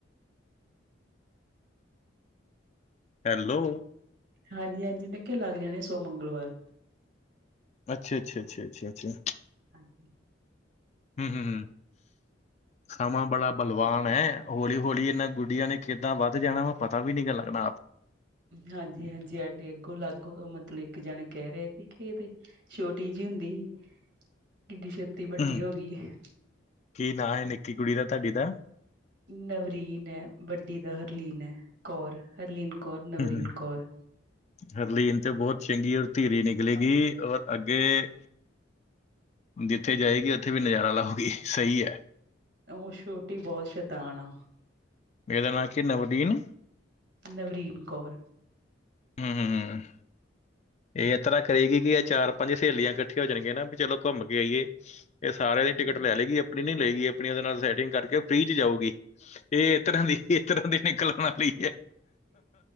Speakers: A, on the left (about 35°); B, on the right (about 60°).
A: ਹੈਲੋ।
B: ਹਾਂਜੀ-ਹਾਂਜੀ, ਮੈਂ ਕਿਹਾ ਲੱਗ ਜਾਣੇ ਸੋਮ ਮੰਗਲਵਾਰ,
A: ਅੱਛਾ, ਅੱਛਾ, ਅੱਛਾ, ਅੱਛਾ, ਅੱਛਾ।
B: <inaudible>
A: ਹੂੰ, ਹੂੰ, ਹੂੰ। ਸਮਾਂ ਬੜਾ ਬਲਵਾਨ ਹੈ ਹੌਲੀ ਹੌਲੀ ਇਹਨਾਂ ਗੁੱਡੀਆਂ ਨੇ ਕਿੱਦਾਂ ਵੱਧ ਜਾਣਾ ਵਾ ਪਤਾ ਵੀ ਨੀ ਲੱਗਣਾ ਆਪ।
B: ਹਾਂਜੀ, ਹਾਂਜੀ, ਆਡੇ ਅੱਗੋਂ ਲਾਗੂ ਮੱਤਲਬ ਇੱਕ ਜਣੇ ਕਹਿ ਰਹੇ ਸੀ ਕਿ ਇਹਦੇ ਛੋਟੀ ਜਿਹੀ ਹੁੰਦੀ, ਕਿੱਡੀ ਛੇਤੀ ਵੱਡੀ
A: ਹੂੰ
B: ਹੋ ਗਈ ਹੈ।
A: ਕੀ ਨਾਂ ਹੈ ਨਿੱਕੀ ਕੁੜੀ ਦਾ ਤੁਹਾਡੀ ਦਾ?
B: ਨਵਰੀਨ ਹੈ ਵੱਡੀ ਦਾ ਹਰਲੀਨ ਹੈ ਕੌਰ ਹਰਲੀਨ ਕੌਰ
A: ਹੂੰ
B: ਨਵਰੀਨ
A: ਹੂੰ
B: ਕੌਰ।
A: ਹਰਲੀਨ ਤੇ ਬਹੁਤ ਚੰਗੀ ਔਰ ਧੀਰੀ ਨਿਕਲੇਗੀ ਔਰ ਅੱਗੇ। ਜਿੱਥੇ ਜਾਏਗੀ ਉੱਥੇ ਵੀ ਨਜ਼ਾਰਾ ਲਾਉਗੀ ਸਹੀ ਹੈ।
B: ਉਹ ਛੋਟੀ ਬਹੁੱਤ ਸ਼ੈਤਾਣ ਹੈ।
A: ਇਹ ਦਾ ਨਾਂ ਕੀ ਨਵਦੀਨ?
B: ਨਵਰੀਨ ਕੌਰ।
A: ਹੂੰ ਹੂੰ ਹੂੰ। ਇਹ ਇਸ ਤਰ੍ਹਾਂ ਕਰੇਗੀ ਕਿ ਇਹ ਚਾਰ ਪੰਜ ਸਹੇਲੀਆਂ ਇਕੱਠੀਆਂ ਹੋ ਜਾਣਗੀਆਂ ਨਾ ਵੀ ਚਲੋ ਘੁੰਮ ਕੇ ਆਈਏ। ਇਹ ਸਾਰਿਆਂ ਦੀ
B: ਹਾਂਜੀ
A: ਟਿਕਟ ਲੈ ਲਏਗੀ ਆਪਣੀ ਨੀ ਲਏਗੀ ਆਪਣੀ ਉਹਦੇ ਨਾਲ ਸੈਟਿੰਗ ਕਰਕੇ ਫ੍ਰੀ ਚ ਜਾਊਗੀ। ਇਹ ਇਸ ਤਰ੍ਹਾਂ ਦੀ ਇਸ ਤਰ੍ਹਾਂ ਦੇ ਨਿਕਲਣ ਵਾਲੀ ਹੈ।